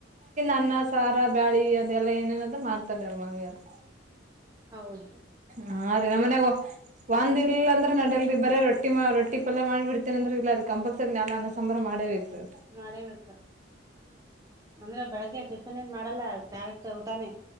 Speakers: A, on the right; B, on the right.
A: ಅನ್ನ ಸಾರಾ ಬಳಿ ಅದೆಲ್ಲ ಏನೇನಾದ ಮಾಡ್ತಾರಾರೆಲ್ಲ್ಲ ಮಮ್ಮಿ ಅವ್ರು
B: ಹೌದ
A: ಹಾ ರೀ ನಮ್ಮ ಮನೆಗ ಒಂದ ಇಲ್ಲ ಅಂದ್ರೆ ನಡಲ್ರಿ ಬರೇ ರೋಟಿ ರೊಟ್ಟಿ ರೊಟ್ಟಿ ಪಲ್ಯ ಮಾಡಿ ಬಿಡ್ತೇನ ಅಂದ್ರ ಇಲ್ಲ ಅದಿಕ್ಕೇ ಕಂಪಲ್ಸರಿ ಅನ್ನ ಸಂಬಾರ್ ಮಾಡೇಲೆಬೇಕು
B: ಮಾಡೆಬೇಕು ಅಂದ್ರೆ ಬೆಳಗ್ಗೆ ಟಿಫಿನ್ ಏನು ಮಾಡಲ್ಲ ಡೈರೆಕ್ಟ್ ಊಟಾನೇ